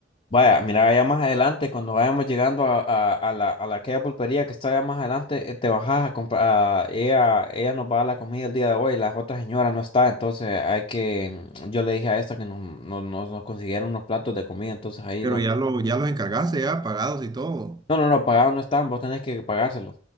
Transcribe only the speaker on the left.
Vaya, mira, allá más adelante, cuando vayamos llegando a, a- a la, a la- aquella pulpería que está allá más adelante, eh, te bajas a comprar, a- ella, ella nos va a dar la comida el día de hoy, la otra señora no está, entonces hay que, mm, yo le dije a esta que nos, nos, nos- nos consiguieron unos platos de comida, entonces ahí
los,
no, no, no, pagados no están, vos tenés que pagárselo.